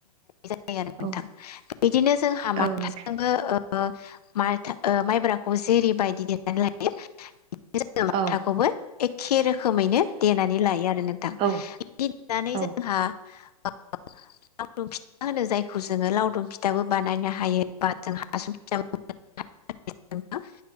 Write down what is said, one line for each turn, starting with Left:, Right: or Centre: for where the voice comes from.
Left: जायो आरो नोंथां
Right: औ
Left: बिदिनो जोंहा माथाजोंबो
Right: औ नोंथां
Left: ओ माथा ओ माइब्राखौ जेरि बायदि देनानै लायो बिनि जायगा माथाखौबो
Right: औ
Left: एखे रो खोमैनो देनानै लायो आरो नोंथां।
Right: औ
Left: बिदि देनानै
Right: औ
Left: जोंहा ओ लावदुम फिथा होनो जायखौ जोङो लावदुम फिथाबो बानायनो हायो बा जों हासुं फिथाबो बानायनो हायो जोङो।